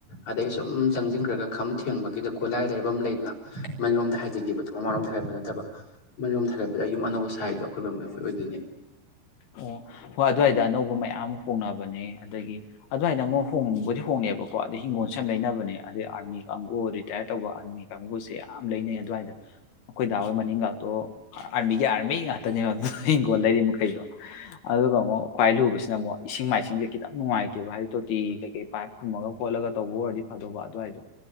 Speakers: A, on the left; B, on the left.
A: ꯑꯗꯩ ꯁꯨꯝ ꯆꯪꯁꯤꯟꯈ꯭ꯔꯒ ꯈꯝ ꯊꯦꯡꯕꯒꯤꯗ ꯈꯣꯂꯥꯏ ꯂꯩꯐꯝ ꯑꯃ ꯂꯩꯅ ꯏꯃꯜ ꯂꯣꯝꯗ ꯍꯥꯏꯗꯈꯤꯕꯗꯣ ꯃꯃꯥꯡꯔꯣꯝꯗ ꯍꯥꯏꯕꯠ ꯅꯠꯇꯕ ꯏꯃꯜꯔꯣꯝꯗ ꯍꯥꯏꯒꯠꯄꯗ ꯌꯨꯝ ꯑꯅꯧꯕ ꯁꯥꯏꯗꯣ ꯑꯀꯣꯏꯕ ꯃꯣꯏ ꯑꯣꯏꯗꯣꯏꯅꯦ
B: ꯑꯣ ꯍꯣꯏ ꯑꯗꯨꯋꯥꯏꯗ ꯑꯅꯧꯕ ꯃꯌꯥꯝ ꯑꯃ ꯍꯣꯡꯅꯕꯅꯦ ꯑꯗꯒꯤ ꯑꯗꯨꯋꯥꯏꯗ ꯑꯃꯨꯛ ꯍꯣꯡꯕꯨꯗꯤ ꯍꯣꯡꯉꯦꯕꯀꯣ ꯑꯗꯩ ꯍꯤꯡꯒꯣꯜꯁꯨ ꯌꯥꯝ ꯂꯩꯅꯕꯅꯦ ꯑꯗꯩ ꯑꯥꯔꯃꯤ ꯀꯥꯡꯕꯨ ꯔꯤꯇꯥꯌꯔ ꯇꯧꯕ ꯑꯥꯔꯃꯤ ꯀꯥꯡꯕꯨꯁꯦ ꯌꯥꯝ ꯂꯩꯅꯩ ꯑꯗꯨꯋꯥꯏꯗ ꯑꯩꯈꯣꯏ ꯗꯥ ꯍꯣꯏ ꯃꯅꯤꯡꯈꯥꯛꯇꯣ ꯑꯥꯔꯃꯤꯒꯤ ꯑꯥꯔꯃꯤ ꯉꯥꯛꯇꯅꯦꯕ ꯑꯗꯨꯅ ꯍꯤꯡꯒꯣꯜ ꯂꯩꯔꯤ ꯃꯈꯩꯗꯣ ꯑꯗꯨꯒ ꯑꯃꯨꯛ ꯈ꯭ꯋꯥꯏ ꯂꯨꯕꯁꯤꯅ ꯑꯃꯨꯛ ꯏꯁꯤꯡ ꯃꯥꯏꯁꯤꯡꯁꯦ ꯈꯤꯇꯪ ꯅꯨꯡꯉꯥꯏꯇꯦꯕ ꯍꯥꯏꯗꯤ ꯇꯣꯇꯤ ꯀꯩꯀꯩ ꯄꯥꯏꯞ ꯐꯨꯝꯃꯒ ꯈꯣꯠꯂꯒ ꯇꯧꯕ ꯑꯣꯏꯔꯗꯤ ꯐꯗꯧꯕ ꯑꯗꯨꯋꯥꯏꯗꯣ